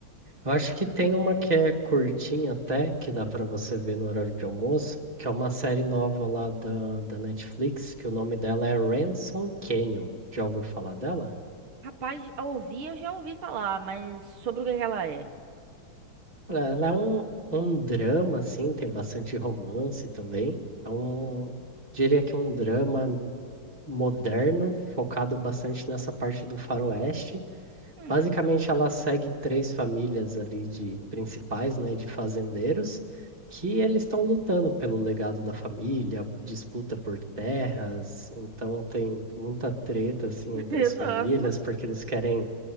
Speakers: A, on the right; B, on the right.
A: Eu acho que tem uma que é curtinha até, que dá pra você ver no horário de almoço, que é uma série nova lá da, da Netflix, que o nome dela é Ransom Canyon. Já ouviu falar dela?
B: Rapaz, eu ouvi, eu já ouvi falar, mas sobre o que que ela é?
A: Olha, Ela é um, um drama, assim, tem bastante romance também. É um, diria que é um drama moderno, focado bastante nessa parte do faroeste.
B: Hum.
A: Basicamente, ela segue três famílias ali de principais, né, de fazendeiros, que eles estão lutando pelo legado da família, disputa por terras, então tem muita treta assim
B: <laughs>
A: entre as famílias,
B: Nossa.
A: porque eles querem,